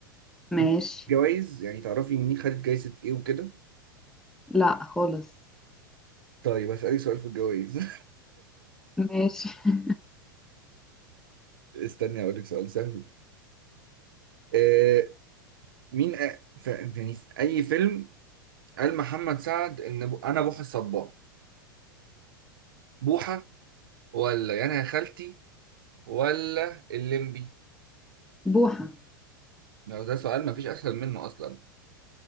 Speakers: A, in the centre; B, on the right (about 75°).
A: ماشي
B: انت جوائز يعني تعرفي مين خدت جايزة ايه وكده
A: لا خالص
B: طيب هسألك سؤال في الجوائز <laughs>
A: ماشي <laughs>
B: استني هقول لك سؤال سهل آه، مين أ... ف... يعني في اي فيلم قال محمد سعد ان ب... انا بوحة الصباح بوحة ولا يا انا يا خالتي ولا الليمبي
A: بوحة
B: لو ده سؤال مفيش اسهل منه اصلا